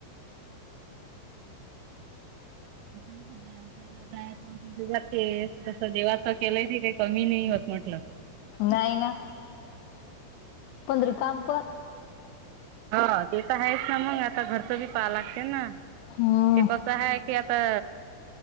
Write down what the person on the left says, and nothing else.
नाही ना पण रिकाम पण
हम्म